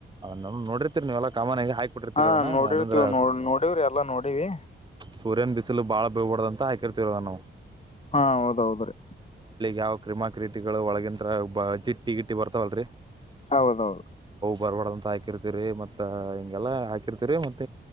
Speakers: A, on the right; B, on the left.
A: ನಮ್ ನೋಡರ್ತಿರಿ ನೀವೆಲ್ಲ ಕಾಮನ್ ಆಗಿ. ಹಾಕ್ಬಿಟ್ಟಿರ್ತಿರದನ
B: ಹಾ ನೋಡಿರ್ತಿವಿ
A: ಅದಂದ್ರ
B: ನೋಡ್ ನೋಡವ್ರಿ ಎಲ್ಲಾ ನೋಡಿವಿ
A: ಸೂರ್ಯನ ಬಿಸಿಲು ಬಾಳ ಬೀಳಬಾರದ ಅಂತ ಹಾಕಿರ್ತಿವ್ ಅದನ್ನ ನಾವ.
B: ಹಾ ಹೌದೌದ್ರೀ.
A: ಯಾವ್ ಕ್ರಿಮಾ ಕ್ರಿಟಗಳು ಒಳಗಿನ್ತರ ಬ ಜಿಟ್ಟಿ ಗಿಟ್ಟಿ ಬರ್ತಾವಲ್ರರಿ
B: ಹೌದೌದು.
A: ಬರ್ಬಾರದಂತ ಹಾಕಿರ್ತಿರಿ ಮತ್ತ ಹಿಂಗೆಲ್ಲ ಹಾಕಿರ್ತಿರಿ ಮತ್ತ